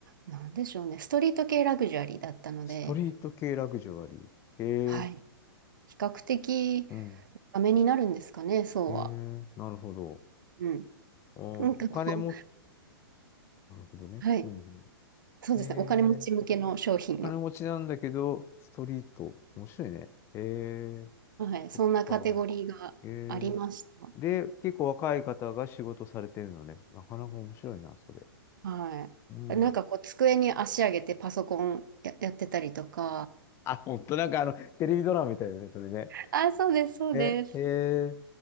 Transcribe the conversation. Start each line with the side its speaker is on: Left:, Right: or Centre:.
Right: なんでしょうね、ストリート系ラグジュアリーだったので、
Left: ストリート系ラグジュアリー。へえ、
Right: はい、比較的
Left: うん。
Right: ダメになるんですかね、そうは。
Left: へえ、なるほど。
Right: うん。
Left: お、
Right: なんかこう、
Left: お金も、なるほどね。
Right: はい、
Left: うんうん。
Right: そうですね、
Left: へえ、
Right: お金持ち向けの商品。
Left: お金持ちなんだけど、ストリート。面白いね。へえ、
Right: はい、そんなカテゴリーがありました。
Left: そっか。へえ。で、結構若い方が仕事されてるのね。なかなか面白いな、それ。
Right: はい。
Left: うん。
Right: なんかこう、机に足上げてパソコンや、やってたりとか、
Left: あ、ほんと、なんかあの、テレビドラマみたいだね、それね。
Right: あ、そうです、そうです。
Left: ね、へえ、